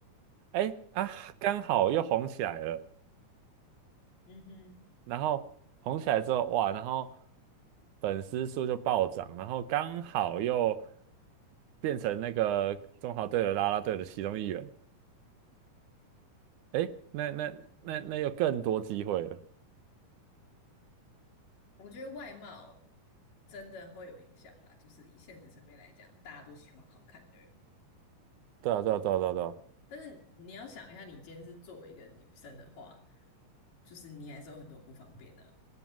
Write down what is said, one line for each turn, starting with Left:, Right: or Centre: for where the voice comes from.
Right: 哎啊刚好又红起来了，
Left: 嗯哼，
Right: 然后红起来之后，哇，然后粉丝数就暴涨，然后刚好又变成那个中华队的啦啦队的其中一员，诶，那那那那又更多机会了，
Left: 我觉得外貌真的会有影响啦，就是以现实层面来讲，大家都喜欢好看的人。
Right: 对啊，对啊，对啊，对啊，对啊，
Left: 但是你要想一下，你今天是作为一个女生的话，就是你还是有很多不方便呢。